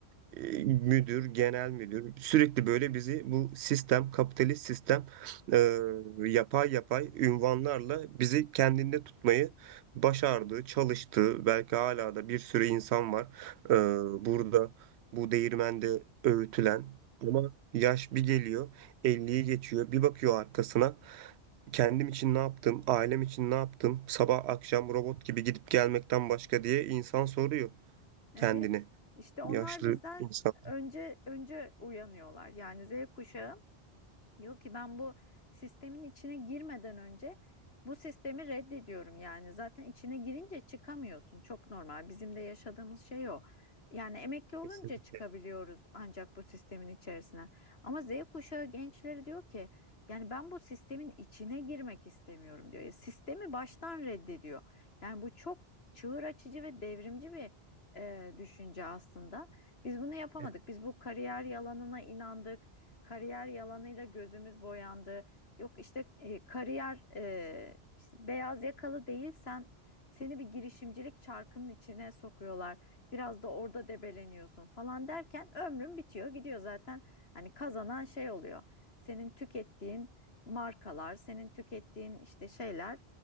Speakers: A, on the right; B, on the left.
A: e, müdür, genel müdür sürekli böyle bizi bu sistem, kapitalist sistem e, yapay yapay ünvanlarla bizi kendinde tutmayı başardı, çalıştı. Belki hala da bir sürü insan var e, burada bu değirmende öğütülen ama yaş bir geliyor 50'yi geçiyor bir bakıyor arkasına kendim için ne yaptım, ailem için ne yaptım, sabah akşam robot gibi gidip gelmekten başka diye insan soruyor
B: Evet.
A: kendini
B: İşte onlar
A: yaşlı
B: bizden
A: insan.
B: önce önce uyanıyorlar. Yani Z kuşağı Diyor ki ben bu sistemin içine girmeden önce bu sistemi reddediyorum yani. Zaten içine girince çıkamıyorsun. Çok normal. Bizim de yaşadığımız şey o. Yani emekli olunca
A: Kesinlikle.
B: çıkabiliyoruz ancak bu sistemin içerisine. Ama Z kuşağı gençleri diyor ki yani ben bu sistemin içine girmek istemiyorum diyor. Ya sistemi baştan reddediyor. Yani bu çok çığır açıcı ve devrimci bir e, düşünce aslında. Biz bunu yapamadık.
A: Yani
B: Biz bu kariyer yalanına inandık kariyer yalanıyla gözümüz boyandı. Yok işte e, kariyer e, işte beyaz yakalı değilsen seni bir girişimcilik çarkının içine sokuyorlar. Biraz da orada debeleniyorsun falan derken ömrün bitiyor gidiyor zaten. Hani kazanan şey oluyor. Senin tükettiğin markalar, senin tükettiğin işte şeyler